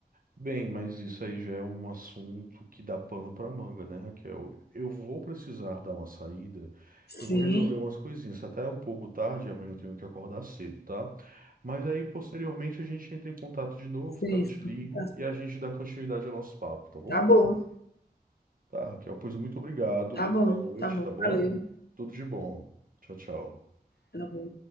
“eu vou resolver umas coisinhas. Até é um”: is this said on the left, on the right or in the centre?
Right